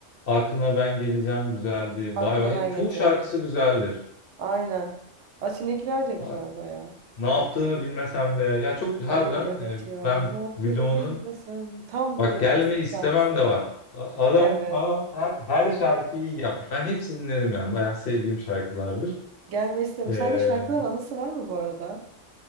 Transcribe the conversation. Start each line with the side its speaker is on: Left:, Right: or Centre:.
Left: Aklına ben geleceğim güzeldi.
Right: Aklına
Left: Bay bay.
Right: ben
Left: Çoğu
Right: geleceğim.
Left: şarkısı güzeldir.
Right: Aynen. Atin'inkiler de güzel
Left: Ha,
Right: bayağı.
Left: Ne yaptığını
Right: Ati 242.
Left: bilmesem de. Ya çok harbiden
Right: Ay evet
Left: e,
Right: ya.
Left: ben
Right: Ne yaptığını
Left: Blo'nun
Right: bilmesem. Tam
Left: bak
Right: depresif
Left: gelme istemem
Right: şarkısı.
Left: de var. A- Adam
Right: Evet.
Left: adam her her şarkıyı iyi yapmış. Ben hepsini dinledim yani. Bayağı sevdiğim şarkılardır.
Right: Gelme isteme.
Left: Ee,
Right: Sende şarkıların anısı var mı bu arada?